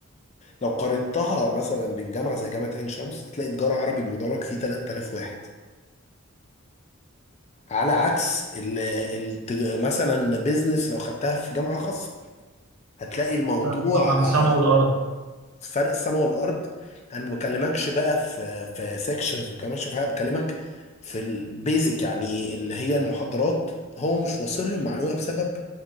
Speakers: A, on the left (about 30°); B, on the right (about 80°).
A: لو قارنتها مثلا بين جامعه زي جامعه عين شمس هتلاقي تجاره عربي المدرج فيه 3000 واحد على عكس ال ال مثلا بيزنس لو خدتها في جامعه خاصه هتلاقي الموضوع
B: فرق طبعا السماء
A: آه،
B: والارض
A: فرق السماء والارض انا ما بكلمكش بقى في في سيكشنز ما بكلمكش في حاجه بكلمك في البيزك يعني اللي هي المحاضرات هو مش واصل له المعلومه بسبب